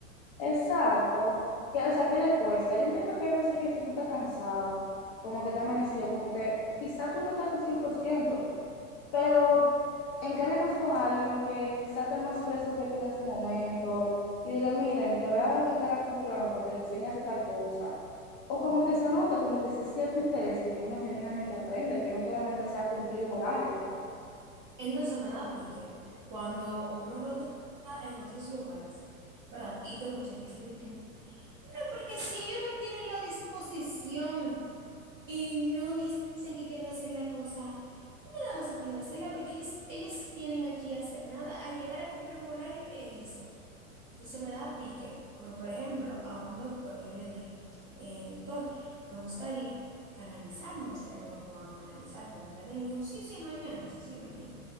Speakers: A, on the left; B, on the right.
A: Exacto. Que, o sea, ¿qué le cuesta? Yo entiendo que hay veces que si tú estás cansado, como que te amanecido, como que quizá tú no estás a tu cien por ciento pero encárguenos con alguien que quizá esté más fresco que tú en ese momento y dile, miren, le voy a encargar con fulano para que le enseñe a hacer tal cosa. O como que se note, como que ese cierto interés de que uno genuinamente aprende, que no solamente sea cumplir un horario.
B: Entonces me da pique cuando uno rota en otros lugares, ¿verdad? Y tú escuchas que dicen de que, no, porque si ellos no tienen la disposición y no dicen que quieren hacer la cosa vamos a poner a hacerla porque ellas, ellas vienen aquí a hacer nada, a llegar a cumplir un horario e irse. Entonces me da pique, porque por ejemplo, a un doctor yo le dije, "Eh, doctor, me gustaría canalizar, me gustaría que me pongan a canalizar, quiero aprender. Y me dijo, sí, sí, mañana, sí, sí, mañana.